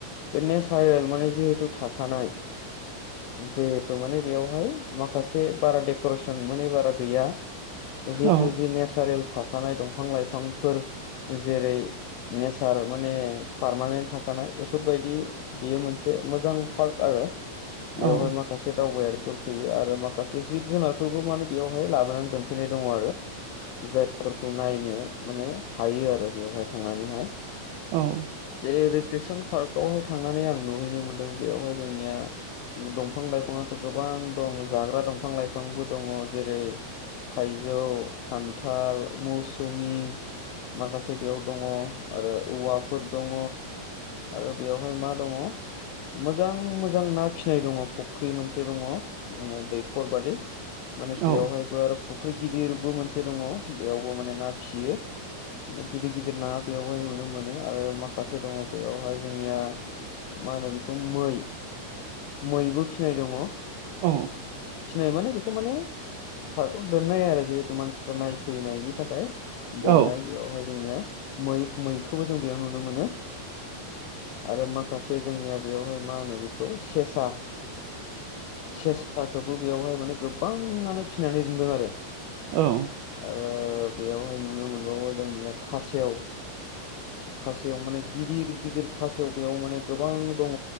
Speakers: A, on the left; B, on the right.
A: बे नेचारेल माने जिहेथु थाखानाय जिहेथु माने बेयावहाय माखासे बारा डेक'रेसन माने बारा गैया जिहेतु
B: औ
A: जे नेसारेल थाखाफानाय दंफां लाइफांफोर जेरै नेचार माने पारमानेन्ट थाखानाय एफोरबायदि बियो मोनसे मोजां पार्क आरो बेवहाय
B: औ
A: माखासे दावबायारि फैयो आरो माखासे जिब जुनारफोरबो माने बेयावहाय लाबोनानै दोनफैनाय दङ आरो। जायफोरखौ नायनो माने हायो आरो बेयावहाय थांनानैहाय
B: औ
A: जेरै रिक्रेसन पार्क बेवहाय थांनानै आं नुहैनो मोनदों बेयावहाय जोंनिया दंफां लाइफाङआथ' गोबां दं जाग्रा दंफां लाइफांबो दङ जेरै थाइजौ खान्थाल मौसुमि माखासे बेयाव दङ आरो औवाफोर दङ। आरो बेवहाय मा दङ मोजां मोजां ना फिसिनाय दङ फुख्रि मोनसे दङ माने दैखर बादि माने
B: औ
A: बेवहायबो आरो फुख्रि गिदिरबो मोनसे दङ बेयावबो माने ना फिसियो। गिदिर गिदिर ना बेवहाय नुनो मोनो आरो माखासे दङ बेयावहाय जोंनिया मा होनो बेखौ मै मैबो फिनाय दङ।
B: औ
A: फिनाय माने बेखौ माने पार्खआव दोननाय आरो जिहेथु मानसिफ्रा नायफैनायनि थाखाय। दोननाय
B: औ
A: बेयावहाय जोंनिया मै मैखौबो जों बेयाव नुनो मोनो। आरो माखासे जोंनिया बेयावहाय मा होनो बेखौ सेसा, सेसाखौबो बेयावहाय माने गोबाङानो फिनानै दोनदों आरो।
B: औ।
A: आरो बेयावहाय नुनो मोनबावो जोंनिया खासेव। खासेव माने गिदिर गिदिर खासेव बेयाव माने गोबां दङ